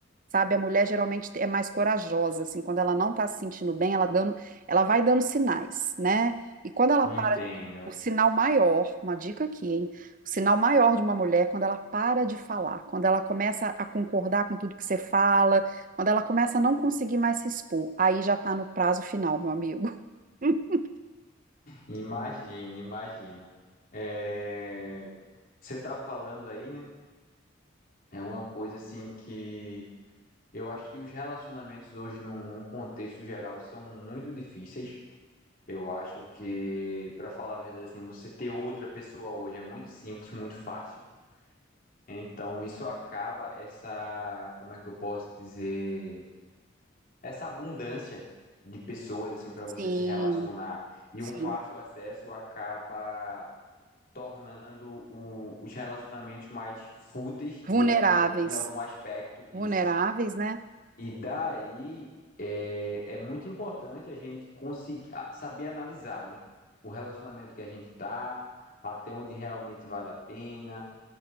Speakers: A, on the right; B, on the left.
A: Sabe, a mulher geralmente é mais corajosa, assim, quando ela não tá se sentindo bem, ela dando, ela vai dando sinais, né? E quando ela
B: entendo.
A: para, o sinal maior, uma dica aqui, hein? O sinal maior de uma mulher, é quando ela para de falar, quando ela começa a concordar com tudo que você fala, quando ela começa a não conseguir mais se expor, aí já tá no prazo final, meu amigo. <laughs>
B: Imagino, imagino. É, você tá falando aí, né? É uma coisa assim que eu acho que os relacionamentos hoje, num, num contexto geral, são muito difíceis. Eu acho que, pra falar a verdade, assim, você ter outra pessoa hoje é muito simples, muito fácil. Então, isso acaba essa, como é que eu posso dizer, essa abundância de pessoas assim para
A: Sim,
B: você se relacionar e
A: sim.
B: um fácil acesso acaba tornando o- os relacionamentos mais fúteis
A: Vulneráveis,
B: de, de algum, em algum aspecto isso.
A: vulneráveis, né?
B: E daí é, é muito importante a gente conseguir a- saber analisar, né? O relacionamento que a gente tá, até onde realmente vale a pena